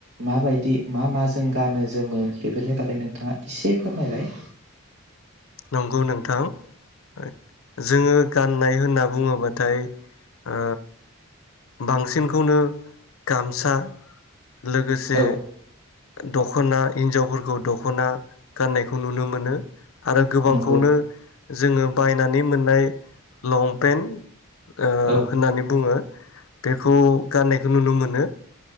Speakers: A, on the right; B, on the left.
A: माबायदि मा मा जों गानो जोमो बेफोरनि बागै नोंथाङा एसे फोरमायलाय
B: नंगौ नोंथां जोङो गाननाय होनना बुङोबाथाय ओ बांसिनखौनो गामसा लोगोसे
A: औ
B: दख'ना हिन्जावफोरखौ दख'ना गाननायखौ नुनो मोनो आरो गोबांखौनो
A: नंगौ
B: जोङो बायनानै मोननाय लंपेन्ट ओ
A: औ
B: होननानै बुङो बेखौ गाननायखौ नुनो मोनो